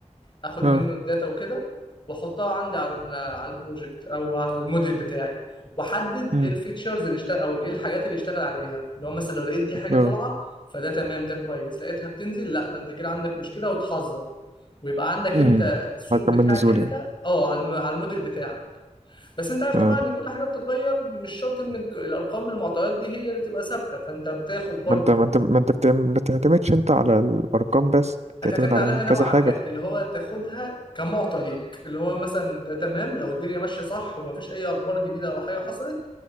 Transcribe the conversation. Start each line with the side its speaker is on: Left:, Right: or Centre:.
Left: اخد
Right: اه
Left: منه الداتا وكده واحطها عندي على ال- على البروجكت او على الموديل بتاعي واحدد
Right: امم
Left: ايه الفيتشرز اللي اشتغل او ايه الحاجات اللي اشتغل عليها لو مثلا لو لقيت دي حاجه
Right: اه
Left: طالعه فده تمام ده كويس لقيتها بتنزل لا ده انت كده عندك مشكله وتحذر ويبقى عندك
Right: امم
Left: انت سوق
Right: هكمل
Left: بتاعك
Right: نزول
Left: انت
Right: يعني
Left: اه على الم- على الموديل بتاعك بس انت عارف طبعا
Right: اه
Left: ان كل حاجه بتتغير مش شرط ان الج- الارقام المعطيات دي هي اللي تبقى ثابته فانت بتاخد برضو
Right: ما انت ما انت ما انت بتعم- ما بتعتمدش انت على الارقام بس
Left: هتعتمد
Right: بتعتمد على
Left: عليها نوعا
Right: كذا حاجه
Left: ما اللي هو تاخدها كمعطى ليك اللي هو مثلا ده تمام لو الدنيا ماشيه صح ومفيش اي اخبار جديده او حاجه حصلت